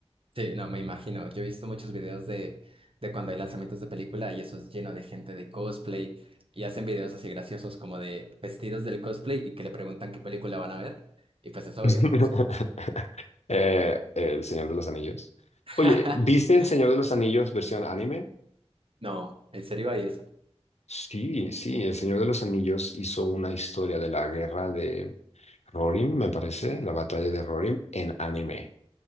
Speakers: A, on the right; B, on the left.
A: Sí, no, me imagino. Yo he visto muchos videos de, de cuando hay lanzamientos de película y eso es lleno de gente de cosplay y hacen videos así graciosos como de vestidos del cosplay y que le preguntan qué película van a ver. Y pues es obvio.
B: <laughs> Eh, el Señor de los Anillos.
A: <laughs>
B: Oye, ¿viste El Señor de los Anillos versión anime?
A: No, ¿en serio hay eso?
B: Sí, sí, El Señor de los Anillos hizo una historia de la guerra de Rohirrim, me parece, la batalla de Rohirrim, en anime.